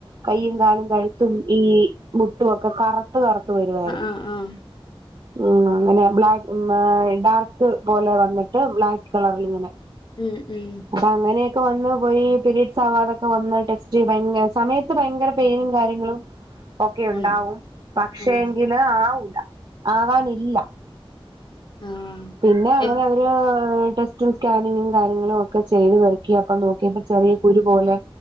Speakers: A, on the right; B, on the left.
A: കയ്യും കാലും കഴുത്തും ഈ മുട്ടുംക്കെ കറുത്ത് കറത്ത് ത്ത് വരുവായിരുന്നു.
B: ആഹ് ആഹ്
A: ഉം അങ്ങനെ ബ്ലാക്ക് ഉം ആഹ് ഡാർക്ക് പോലെ വന്നിട്ട് ബ്ലാക്ക് കളറിൽ ഇങ്ങനെ.
B: ഉം ഉം
A: അപ്പ അങ്ങനെയക്കെ വന്ന് പോയി. പിരിഡ്സ് ആവാതക്കെ വന്ന് ടെസ്റ്റ് ഭയങ്കര സമയത്ത് ഭയങ്കര പെയിനും കാര്യങ്ങളും ഒക്കെ ഉണ്ടാവും
B: ഉണ്ട്
A: പക്ഷേ
B: ആഹ് ഉം
A: എങ്കില് ആവൂല. ആകാനില്ല
B: ആഹ്
A: പിന്നെ അങ്ങനെ
B: എനി
A: അവ <unintelligible> ടെസ്റ്റും സ്കാനിങ്ങും കാര്യങ്ങളും ഒക്കെ ചെയ്ത് വരക്കി അപ്പ നോക്കിയപ്പ ചെറിയ കുരു പോലെ